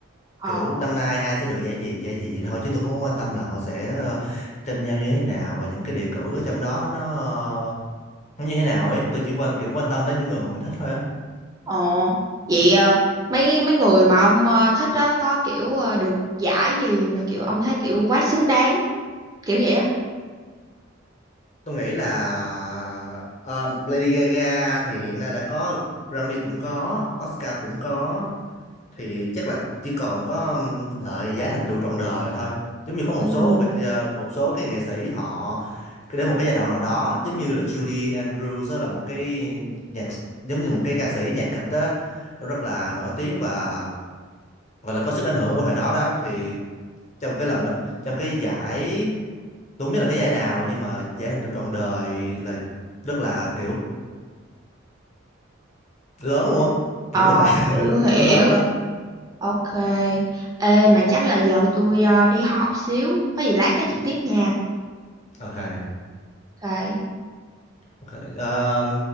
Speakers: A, on the right; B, on the left.
A: Ờ
B: kiểu năm nay ai sẽ được giải gì giải gì thôi chứ tôi không có quan tâm là họ sẽ ờ, tranh nhau như thế nào và những cái đề cử ở trong đó nó ờ, nó như thế nào ấy tôi chỉ quan kiểu quan tâm đến những người mà mình thích thôi á
A: ờ vậy ờ, mấy mấy người mà ông ờ, thích đó có kiểu ờ, được giải gì mà kiểu ông thấy kiểu quá xứng đáng kiểu vậy á.
B: tôi nghĩ là um, Lady Gaga thì hiện nay đã có Grammy cũng có Oscar cũng có thì chắc là chỉ còn có um, đợi giá thành trụ trọn đời thôi giống như có một
A: Ừ.
B: số về- ờ, một số cái nghệ sĩ họ cái- đến một cái giai đoạn nào đó giống như là Julie Andrews á, là một cái nhạc giống như một cái ca sĩ nhạc kịch á, rất là nổi tiếng và gọi là có sức ảnh hưởng của thời đó đó thì trong cái lần đ- trong cái giải tôi không biết là cái giải nào nhưng mà giải thành trụ trọn đời là rất là kiểu lớn luôn á
A: Ờ
B: kiểu như vậy
A: hiểu
B: <laughs>
A: hiểu.
B: kiểu nó lớn á
A: Ok. Ê mà chắc là giờ tôi ờ, đi họp xíu, có gì lát nói chuyện tiếp nha.
B: ok
A: Ok.
B: ok um,